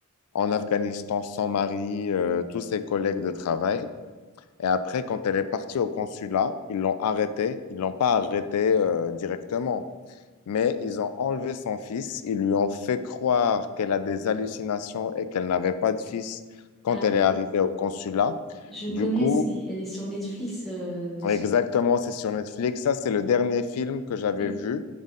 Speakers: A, on the left; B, in the centre.
A: en Afghanistan son mari, euh, tous ses collègues de travail. Et après, quand elle est partie au consulat, ils l'ont arrêtée. Ils l'ont pas arrêtée euh, directement mais ils ont enlevé son fils, ils lui ont fait croire qu'elle a des hallucinations et qu'elle n'avait pas de fils quand
B: Ah,
A: elle est arrivée au consulat.
B: je
A: Du
B: connais,
A: coup,
B: c'est- elle est sur Netflix. euh, ce-
A: exactement, c'est sur Netflix. Ça, c'est le dernier film que j'avais
B: Oui,
A: vu.